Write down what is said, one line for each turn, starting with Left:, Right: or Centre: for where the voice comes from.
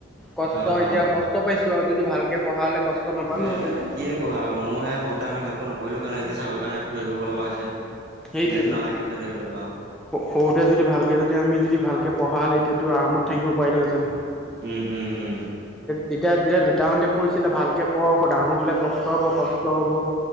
Centre: কষ্ট
Right: অ
Centre: এতিয়া
Right: অ
Centre: কষ্ট পাইছো আৰু যদি ভালকে পঢ়া হ'লে কষ্ট নাপালো
Right: এ
Centre: হেঁতেন।
Right: কিনো ক'বা আৰু মই সে-সৰুতে আমি ভালকৈ নপঢ়িলো কাৰণে এতিয়া চাকৰিৰ কাৰণে দৌৰি ফুৰিব লগা হৈছে
Centre: সেইটোৱেটো
Right: এনেতো নালাগিলহেঁতেন দৌৰিবলৈ আৰু
Centre: সৰুতে যদি ভালকে যদি আমি যদি ভালকে পঢ়া হ'লে এতিয়াতো আৰামত থাকিব পাৰিলোহেঁতেন
Right: উম উম উম
Centre: তেতিয়া যেতিয়া তাহঁতে কৈছিলে ভালকৈ পঢ় ডাঙৰ হ'লে কষ্ট হ'ব কষ্ট হব।